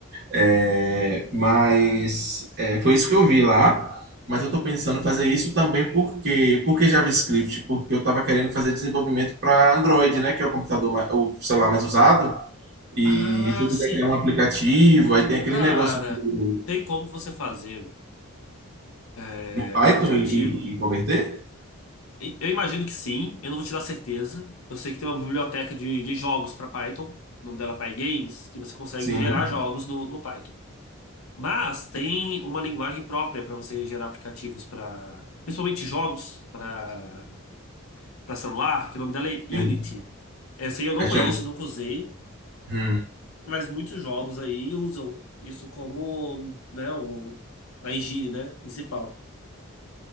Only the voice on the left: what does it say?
Ah,
sim.
Cara,
tem como você fazer é,
aplicativo?
E- Eu imagino que sim, eu não vou te dar certeza. Eu sei que tem uma biblioteca de, de jogos para Python, o nome dela é PyGames, que você consegue
gerar jogos no, no Python. Mas tem uma linguagem própria para você gerar aplicativos para, principalmente jogos, para para celular, que o nome dela é Unity.
Essa aí eu não
conheço,
nunca usei,
mas muitos jogos aí usam isso como, né, o, a higiene, né, principal.